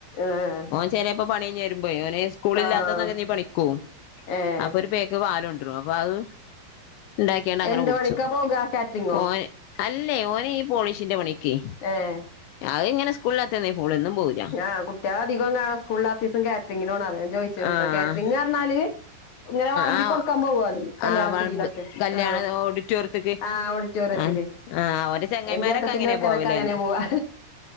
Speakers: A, on the left; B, on the left.
A: ഏഹ്
B: ഓൻ ചെലേപ്പൊ പണി കയ്ഞ്ഞ് വെരുമ്പഴേ ഓന് സ്കൂളില്ലാത്തന്നൊക്കെ
A: ആഹ്
B: എന്തേം പണിക്കോവും.
A: ഏഹ്
B: അപ്പൊ ഒരു പായ്ക്ക് പാൽകൊണ്ടിടും അപ്പൊ അത് ഉണ്ടാക്കിയണ്ട് അങ്ങനെ
A: എന്ത്
B: കുടിച്ചു
A: പണിക്കാ പോകാ കാറ്ററിങ്ങോ
B: ഓൻ അല്ലേ ഓൻ ഈ പോളിഷിന്റെ പണിയൊക്കെ
A: എ
B: അഹ് ഇങ്ങനെ സ്ക്കൂള് ഇല്ലാത്തന്നെ പോവൊള്ളൂ എന്നും പോവൂല്ല
A: ആ കുട്ടികൾ അധികം കാണോ സ്കൂളിൽ ആ ദിവസം കാറ്ററിങ്ങിനോ പോണാതാ ചോദിച്ചു കേട്ട
B: ആഹ്
A: കാറ്ററിംഗങ് പറഞ്ഞാൽ ഇങ്ങനെ വിളമ്പി
B: ആഹ്
A: കൊടുക്കാൻ പോവല്ലേ കല്യാണക്കുടീതൊക്കെ
B: ആഹ് ബൾബ് കല്യാണ
A: ആ
B: ഓഡിറ്റോറിയത്ത്ക്ക്
A: ആ ഓഡിറ്റോറിയത്തിൽ
B: ആഹ് ആഹ് ഓന്റെ ചങ്ങായിമാരൊക്കെ
A: എൻ്റെ ചേട്ടത്തിന്റെ
B: അങ്ങനെ
A: ചെറുക്കൻ
B: പോവല്
A: ഓക്കേ അങ്ങനെ
B: പറഞ്ഞ്
A: പോവാ